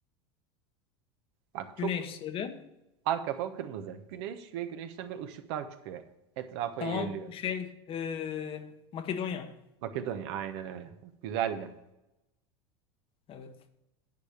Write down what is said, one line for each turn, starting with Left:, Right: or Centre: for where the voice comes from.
Right: Bak çok
Left: Güneş sarı.
Right: arka fon kırmızı. Güneş ve güneşten böyle ışıklar çıkıyor. Etrafa
Left: Tamam
Right: yayılıyor.
Left: şey eee, Makedonya.
Right: Makedonya aynen öyle. Bak, güzel de.
Left: Evet